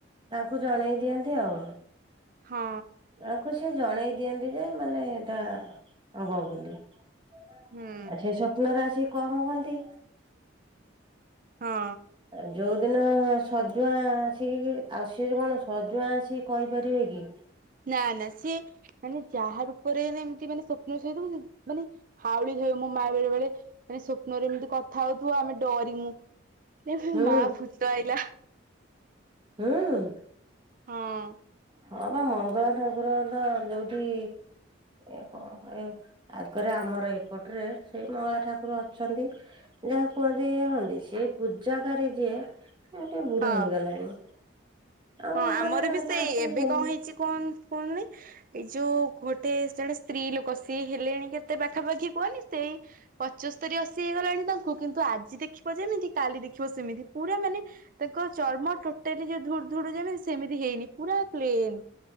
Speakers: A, on the right (about 25°); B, on the right (about 40°).
A: ତାଙ୍କୁ ଜଣେଇ ଦିଅନ୍ତି ଆଉ।
B: ହଁ।
A: ତାଙ୍କୁ ସେ ଜଣେଇ ଦିଅନ୍ତି ଯେ ମାନେ ଏଟା ହବ ବୋଲି। ଆ ସେ
B: ହୁଁ
A: ସ୍ୱପ୍ନରେ ଆସି କହୁଅନ୍ତି।
B: <inaudible> ହଁ।
A: ଯୋଉଦିନ ସଜୁଆଁ ଆସିକି, ଆଉ ସିଏ କଣ ସଜୁଆ ଆସିକି କହିପାରିବେ କି?
B: ନା, ନା, ସିଏ ମାନେ ଯାହା ରୂପରେ ନେ ଏମିତି ମାନେ ସ୍ୱପ୍ନ ସେ ଦଉଛନ୍ତି ମାନେ ହାଉଳି ଖାଇବ ମୋ ମା ବେଳେ ବେଳେ ମାନେ ସ୍ୱପ୍ନରେ ଏମିତି କଥା ହଉଥିବ ଆମେ ଡରିମୁ। ଇହି
A: ହୁଁ
B: ମା ଭୂତ ଆଇଲା।
A: ହୁଁ!
B: ହଁ।
A: ହଁ ବା ମଙ୍ଗଳା ଠାକୁର ତ ଯୋଉଠି ଏ ଏ ଆଗରେ ଆମର ଏପଟ ରେ ସେଇ ମଙ୍ଗଳା ଠାକୁର ଅଛନ୍ତି ଯାହା କୁହନ୍ତି ଇଏ ହୁଅନ୍ତି ସେ ପୂଜା କରେ ଯିଏ ଗୋଟେ ବୁଢ
B: ହଁ।
A: ହେଇଗଲାଣି। ଆଉ
B: ହଁ ଆମର
A: ମାନେ
B: ବି ସେଇ
A: ତାଙ୍କୁ
B: ଏବେ
A: ହୁଁ
B: କଣ ହେଇଛି କଣ କୁଣନି ଏଇ ଯୋଉ ଗୋଟେ ଜଣେ ସ୍ତ୍ରୀ ଲୋକ ସିଏ ହେଲେଣି କେତେ ପାଖାପାଖି କୁହନି ସେଇ? ପଞ୍ଚସ୍ତରୀ ଅଶୀ ହେଇଗଲାଣି ତାଙ୍କୁ କିନ୍ତୁ ଆଜି ଦେଖିବ ଯେମିତି କାଲି ଦେଖିବ ସେମିତି ପୁରା ମାନେ ତାଙ୍କ ଚର୍ମ ଟୋଟାଲି ଯୋଉ ଧୁଡ ଧୁଡ ଯେମିତି ସେମିତି ହେଇନି ପୁରା ପ୍ଲେନ।